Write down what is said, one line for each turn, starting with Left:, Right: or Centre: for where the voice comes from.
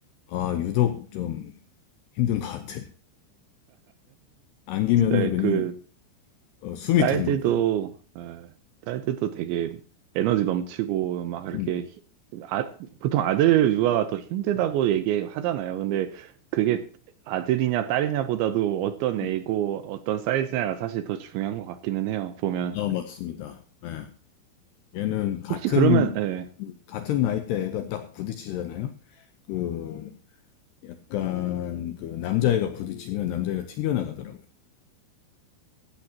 Left: 아, 유독 좀 힘든 것 같아. 안기면은
Right: 진짜
Left: 그냥
Right: 그
Left: 어, 숨이
Right: 딸들도
Left: 턱 막혀요.
Right: 어, 딸들도 되게 에너지 넘치고 막 이렇게
Left: 음,
Right: 히- 아, 보통 아들 육아가 더 힘들다고 얘기하잖아요. 근데 그게 아들이냐 딸이냐보다도 어떤 애고
Left: 음.
Right: 어떤 사이즈냐가 사실 더 중요한 것 같기는 해요. 보면
Left: 아, 맞습니다. 예. 얘는 같은
Right: 혹시 그러면 예.
Left: 같은 나이대 애가 딱 부딪히잖아요. 그 약간 그 남자애가 부딪히면 남자애가 튕겨나가더라고요.